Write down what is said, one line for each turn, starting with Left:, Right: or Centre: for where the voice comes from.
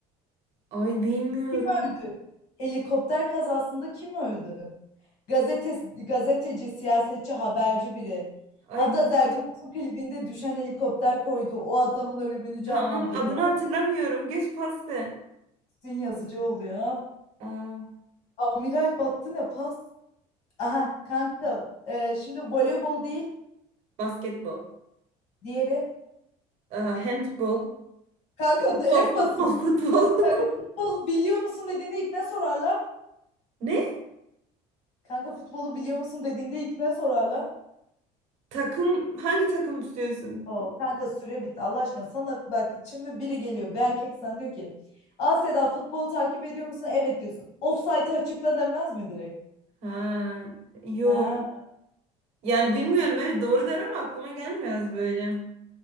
Right: Ay bilmiyorum.
Left: Kim öldü? Helikopter kazasında kim öldü? Gazetesi, gazeteci, siyasetçi, haberci biri.
Right: Ay
Left: Hatta
Right: gü-
Left: Derdim Olsun klibinde düşen helikopter koydu. O adamın ölümünü canlandırdılar.
Right: tamam adını hatırlamıyorum. Geç pasta.
Left: Bütün yazıcı oluyor.
Right: Aa,
Left: Amiral battı ne pas? Aha kanka e, şimdi voleybol değil
Right: basketbol.
Left: diğeri.
Right: Aa, handbol.
Left: Kanka
Right: Futbol,
Left: de- en
Right: futbol,
Left: basit.
Right: futbol. <laughs>
Left: Kanka futbol biliyor musun dediğinde ilk ne sorarlar?
Right: Ne?
Left: Kanka futbolu biliyor musun dediğinde ilk ne sorarlar?
Right: Takım hangi takımı tutuyorsun?
Left: O kanka süre bitti Allah aşkına sana bak şimdi biri geliyor bir erkek sana diyor ki Aa Seda futbol takip ediyor musun? Evet diyorsun. Ofsaytı açıkla demez mi direkt?
Right: Ha, yok.
Left: Ha,
Right: Yani bilmiyorum evet doğru der ama aklıma gelmez böyle.